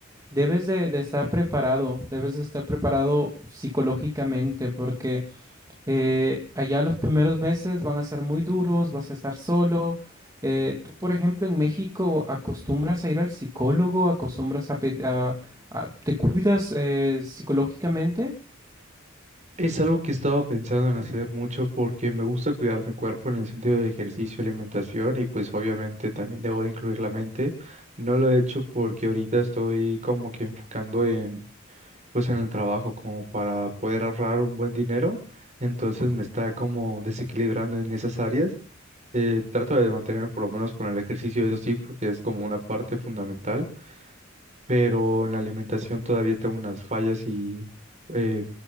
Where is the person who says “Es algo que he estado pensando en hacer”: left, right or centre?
Right